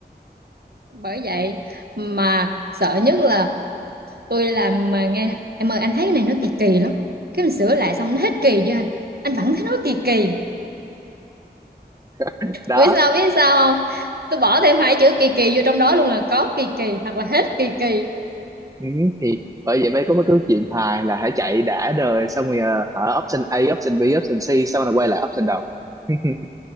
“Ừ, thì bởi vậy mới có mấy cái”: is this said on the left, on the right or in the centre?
Right